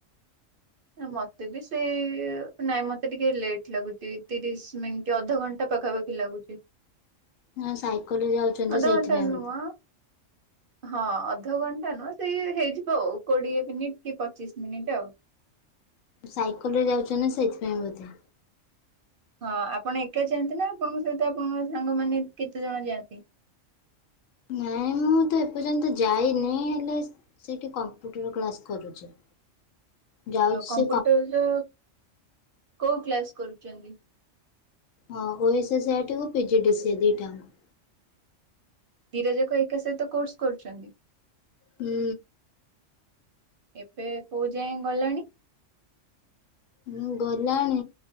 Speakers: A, on the right; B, on the left.
A: ନା ମତେ ବି ସେଇ ନାଇଁ ମତେ ଟିକେ ଲେଟ୍ ଲାଗୁଛି ତିରିଶ ମିନିଟ୍ ଅଧଘଣ୍ଟା ପାଖାପାଖି ଲାଗୁଛି।
B: ନା ସାଇକେଲରେ ଯାଉଛନ୍ତି
A: ଅଧଘଣ୍ଟା
B: ସେଇଥିପାଇଁ
A: ନୁହଁ
B: ବୋଲି
A: ହଁ ଅଧଘଣ୍ଟା ନୁହଁ ସେଇ ହେଇଯିବ ଆଉ କୋଡିଏ ମିନିଟ କି ପଚିଶ ମିନିଟ ଆଉ।
B: ସାଇକେଲ ରେ ଯାଉଛନ୍ତି ନା ସେଇଥିପାଇଁ ବୋଧେ।
A: ହଁ ଆପଣ ଏକା ଯାଆନ୍ତି ନା ଆପଣଙ୍କ ସହିତ ଆପଣଙ୍କ ସାଙ୍ଗମାନେ କେତେ ଜଣ ଯାଆନ୍ତି?
B: ନାଇଁ ମୁଁ ତ ଏପର୍ଯ୍ୟନ୍ତ ଯାଇନି ହେଲେ ସେଠି କମ୍ପୁଟର କ୍ଲାସ କରୁଛି। ଯାଉଛି
A: ଆଉ କମ୍ପ୍ୟୁଟର
B: ସେ
A: ର କୋଉ କ୍ଲାସ କରୁଛନ୍ତି?
B: ହଁ ଓସେ ସିଆଟକୁ P G D C A ଦିଟା ହାଙ୍କ।
A: ଦିଟା ଜାକ ଏକା ସହିତ କୋର୍ସ କରୁଛନ୍ତି?
B: ହୁଁ।
A: ଏବେ କୋଉ ଯାଏ ଗଲାଣି?
B: ହୁଁ ଗଲାଣି